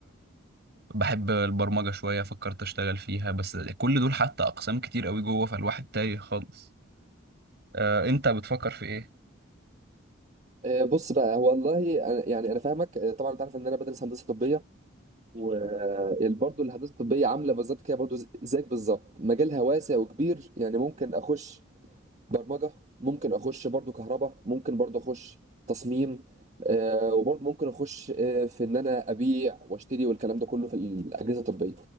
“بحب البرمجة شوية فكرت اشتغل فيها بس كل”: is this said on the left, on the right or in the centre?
Right